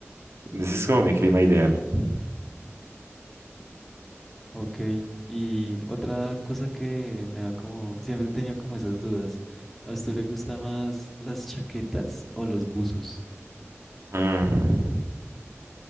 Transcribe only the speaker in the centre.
Ok. Y otra cosa que me da como, siempre he tenido como esas dudas. ¿A usted le gusta más las chaquetas o los buzos?